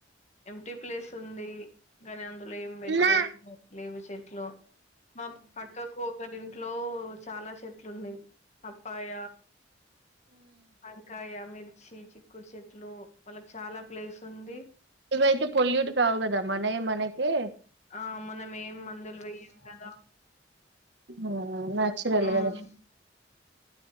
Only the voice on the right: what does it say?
ఇవైతే
ఇవైతే పొల్యూట్ కావు కదా మనయి మనకే
హ్మ్ నేచురల్ గదా.